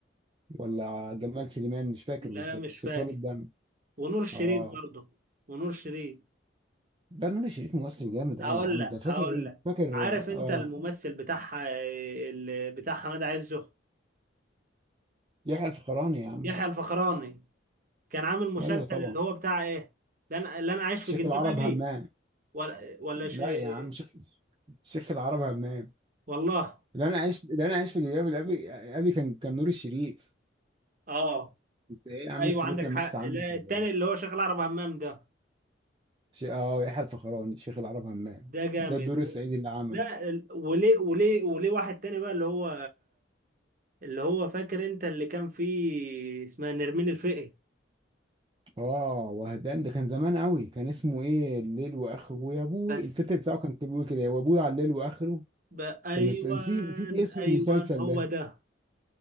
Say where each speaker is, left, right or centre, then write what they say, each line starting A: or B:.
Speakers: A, on the right; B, on the right.
A: ولا جمال سليمان مش فاكر
B: لا
A: بالظبط
B: مش
A: صلصال
B: فاكر
A: الدم
B: ونور الشريف
A: اه
B: برضه ونور الشريف
A: لا نور الشريف ممثل جامد
B: هقول
A: قوي يا عم
B: لك
A: ده فاكر
B: هقول
A: ايه
B: لك
A: فاكر
B: عارف انت
A: اه
B: الممثل بتاعها ال- بتاع حماد عزه
A: يحيى الفخراني يا عم
B: يحيى الفخراني كان عامل مسلسل
A: ايوه طبعا
B: اللي هو بتاع ايه لا انا لا انا عايش
A: شيخ
B: في جلباب
A: العرب
B: ابي
A: همام
B: ولا ولا
A: لا
B: شيء
A: يا عم شيخ شيخ العرب همام
B: والله
A: اللي انا عايش اللي انا عايش في جلباب الابي ابي كان كان نور الشريف
B: اه
A: انت ايه يا عم
B: ايوه
A: السلوك
B: عندك
A: لمست
B: حق
A: عنك
B: لا
A: ولا
B: التاني
A: ايه؟
B: اللي هو شغال عرب همام ده
A: شي... اه يحيى الفخراني شيخ العرب همام
B: ده جامد
A: ده الدور
B: و...
A: السعيدي اللي عمل
B: لا ال- وليه وليه وليه واحد تاني بقى اللي هو اللي هو فاكر انت اللي كان فيه اسمها نرمين الفقي
A: اه وهدان ده كان زمان قوي كان اسمه ايه الليل واخره ويا ابوي
B: بس
A: التتر بتاعه كان كان بيقول كده يا ابوي على الليل واخره
B: ب... ايوه
A: كان مش نسيت نسيت اسم
B: ايوه
A: المسلسل
B: هو
A: ده
B: ده